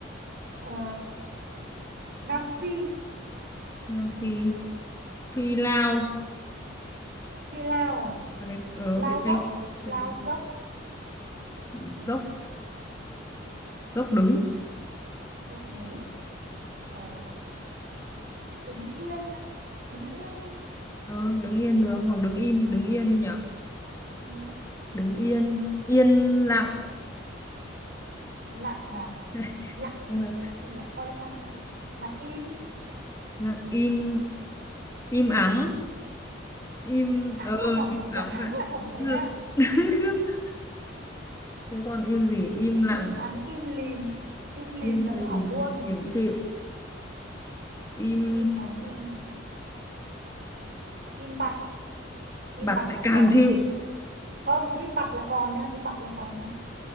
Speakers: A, on the right; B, on the left.
A: Ờ, Nam Phi
B: Nam Phi Phi Lao
A: Phi Lao à
B: là cái ở
A: Lao
B: cái cây
A: dốc
B: cái
A: Lao dốc
B: dốc dốc đứng
A: dốc đứng Ờ, đứng yên đứng yên đi
B: ờ, đứng yên được hoặc đứng im đứng yên đi nhở
A: ừ.
B: đứng yên yên lặng
A: lặng này
B: <laughs>
A: lặng ừ,
B: Đó là-
A: thì lại quay sang lặng im
B: lặng im im ắng im
A: ắng
B: ờ
A: là hỏng
B: im
A: rồi
B: ắng
A: nha ắng
B: vậy
A: là hỏng rồi
B: Ừ.
A: nha
B: <laughs> thế còn im gì im lặng
A: im ắng im lìm im lìm
B: im
A: là cũng
B: lìm
A: hỏng luôn
B: im chịu im
A: im ắng im là- im bặt im
B: bặt
A: bặt
B: lại
A: là
B: càng
A: còn
B: chịu
A: nha không im bặt là còn nha im bặt là còn nha